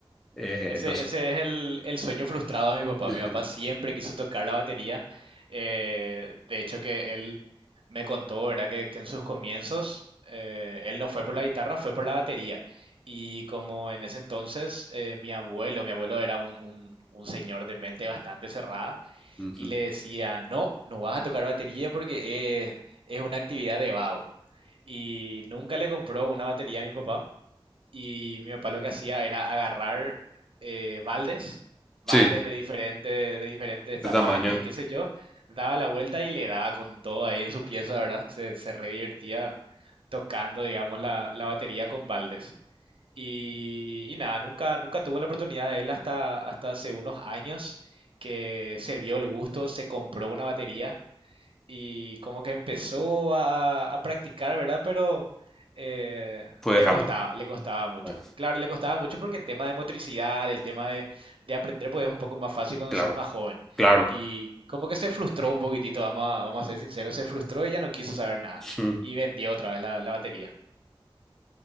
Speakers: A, in the centre; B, on the right.
A: eh,
B: Ese,
A: no sé.
B: ese es el, el sueño frustrado de mi papá.
A: <laughs>
B: Mi papá siempre quiso tocar la batería. Eh, de hecho, que él me contó, ¿verdad? Que, que en sus comienzos eh, él no fue por la guitarra, fue por la batería. Y como en ese entonces eh, mi abuelo, mi abuelo era un, un, un señor de mente bastante cerrada
A: Ujú.
B: y le decía, no, no vas a tocar batería porque es, es una actividad de vago. Y nunca le compró una batería a mi papá. Y mi papá lo que hacía era agarrar eh, baldes, baldes
A: Sí,
B: de diferente, de diferentes tamaños
A: de tamaño,
B: y qué sé yo, daba la vuelta y le daba con todo ahí en su pieza, ¿verdad? Se, se re divertía tocando, digamos, la, la batería con baldes. Y, y nada, nunca, nunca tuvo la oportunidad de él hasta, hasta hace unos años que se dio el gusto, se compró una batería y como que empezó a, a practicar, ¿verdad? Pero eh,
A: fue
B: le
A: dejando.
B: costaba, le costaba mucho.
A: Ah,
B: Claro, le costaba mucho porque el tema de motricidad, el tema de, de aprender, pues es un poco más fácil cuando
A: Claro,
B: sos más joven.
A: claro.
B: Y como que se frustró un poquitito, vamos a, vamos a ser sinceros, se frustró y ya no quiso saber nada.
A: <laughs> Mm.
B: Y vendió otra vez la, la batería.